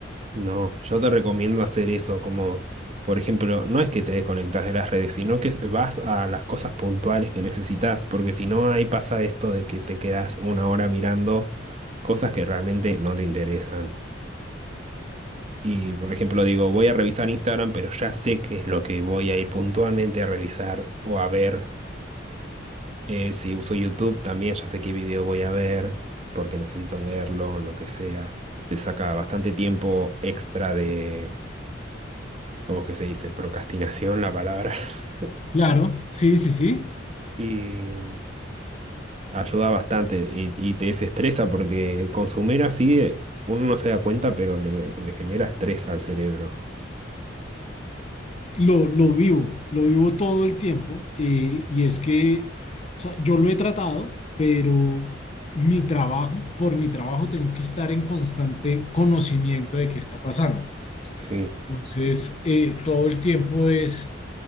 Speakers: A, on the right; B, on the left.
A: no, yo te recomiendo hacer eso, como, por ejemplo, no es que te desconectas de las redes, sino que vas a las cosas puntuales que necesitas, porque si no, ahí pasa esto de que te quedas una hora mirando cosas que realmente no te interesan. Y, por ejemplo, digo, voy a revisar Instagram, pero ya sé qué es lo que voy a ir puntualmente a revisar o a ver. Eh, si uso YouTube, también ya sé qué video voy a ver, porque necesito verlo, lo que sea. Te saca bastante tiempo extra de, ¿cómo es que se dice? Procrastinación, la palabra. <laughs>
B: Claro, sí, sí, sí.
A: Y ayuda bastante y, y te desestresa porque consumir así, eh, uno no se da cuenta, pero le, le genera estrés al cerebro.
B: Lo, lo vivo, lo vivo todo el tiempo. eh, y es que, o sea, yo lo he tratado, pero mi trabajo, por mi trabajo tengo que estar en constante conocimiento de qué está pasando.
A: Sí.
B: Entonces, eh, todo el tiempo es